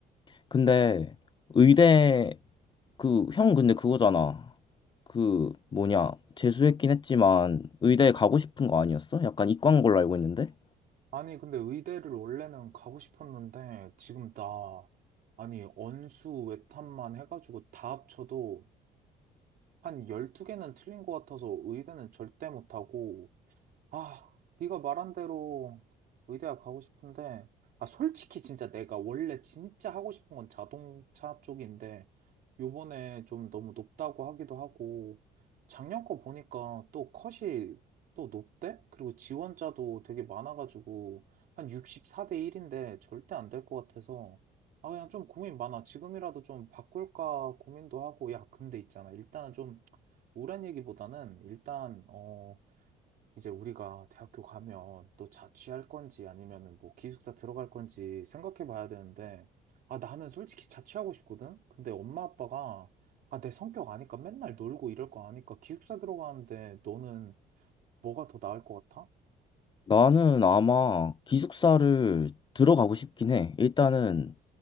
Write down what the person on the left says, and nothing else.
근데 의대 그, 형 근데 그거잖아. 그, 뭐냐. 재수했긴 했지만 의대에 가고 싶은 거 아니었어? 약간 이과인 걸로 알고 있는데?
나는 아마 기숙사를 들어가고 싶긴 해. 일단은,